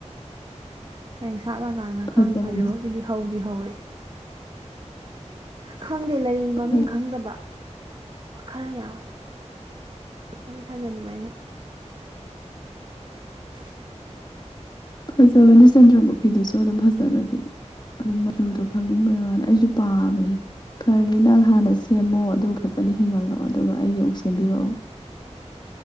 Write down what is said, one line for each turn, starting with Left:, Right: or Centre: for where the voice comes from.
Right: ꯍꯌꯦꯡ ꯁꯥꯠꯂ ꯀꯥꯟꯗ ꯈꯪꯗꯦ
Left: ꯐꯖꯕꯅꯤ
Right: ꯍꯧꯖꯤꯛꯐꯥꯎꯒꯤꯗꯤ ꯍꯧꯗꯤ ꯍꯧꯔꯛ ꯈꯪꯗꯦ ꯂꯩ
Left: ꯐꯖ
Right: ꯃꯃꯤꯡ ꯈꯪꯗꯕ ꯈꯔ ꯌꯥꯎꯋꯦ ꯈꯗꯤ ꯊꯥꯖꯟꯕ ꯍꯥꯏꯅ <unintelligible>
Left: ꯐꯖꯕꯅꯤ ꯁꯦꯟꯗ꯭ꯔꯃꯨꯈꯤꯗꯨꯁꯨ ꯑꯗꯨꯝ ꯐꯖꯕꯅꯦ ꯑꯗꯨ ꯃꯆꯨꯗꯣ ꯈꯪꯅꯤꯡꯕꯩ ꯋꯥꯅꯤ ꯑꯩꯁꯨ ꯄꯥꯝꯃꯦ ꯐꯔꯦ ꯅꯪ ꯍꯥꯟꯅ ꯁꯦꯝꯃꯣ ꯑꯗꯨꯒ ꯐꯖꯅ ꯍꯤꯡꯒꯜꯂꯣ ꯑꯗꯨꯒ ꯑꯩꯒꯤ ꯑꯃꯨꯛ ꯁꯦꯝꯕꯤꯔꯛꯑꯣ